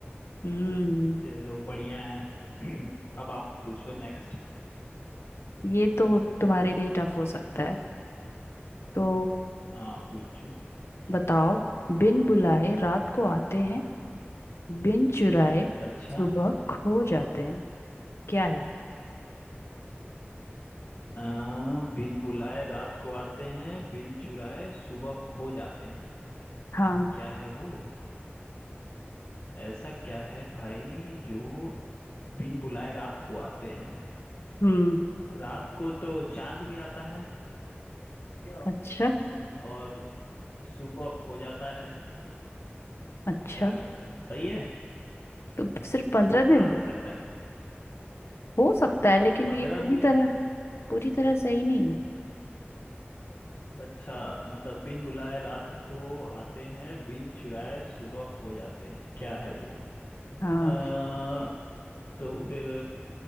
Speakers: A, on the left; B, on the left.
A: हम्म
B: चलो बढ़िया है <clears throat> अब आप पूछो नेक्स्ट
A: ये तो तुम्हारे लिए टफ हो सकता है तो
B: हाँ पूछो
A: बताओ बिन बुलाए रात को आते हैं बिन चुराए
B: अच्छा
A: सुबह खो जाते हैं क्या है वो
B: आ, बिन बुलाए रात को आते हैं बिन चुराए सुबह खो जाते हैं
A: हाँ
B: क्या है वो ऐसा क्या है भाई जो बिन बुलाए रात को आते हैं
A: हम्म
B: रात को तो चांद भी आता है
A: अच्छा
B: और सुबह खो जाता है
A: अच्छा
B: क्या लगता है सही है
A: तो सिर्फ पंद्रह
B: चांद
A: दिन
B: हो सकता है
A: हो सकता है लेकिन
B: पंद्रह
A: ये पूरी
B: दिन
A: तरह पूरी तरह सही नहीं है
B: अच्छा मतलब बिन बुलाए रात को आते हैं बिन चुराए सुबह खो जाते हैं क्या है वो
A: हाँ
B: अ तो फिर